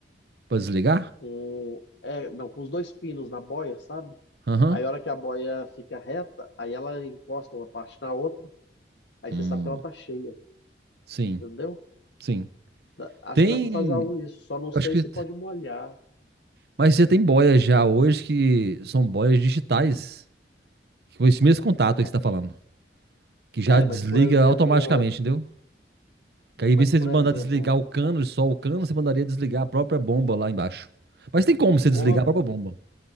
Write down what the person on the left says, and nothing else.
com. É, não, com os dois pinos na boia, sabe?
Aí a hora que a boia fica reta, aí ela encosta uma parte na outra, aí
você sabe que ela tá cheia,
entendeu?
Dá- Acho
que dá pra fazer algo isso, só não sei
se pode molhar.
É,
é,
mas por exemplo,
mas
por
exemplo,
co-
como
eu,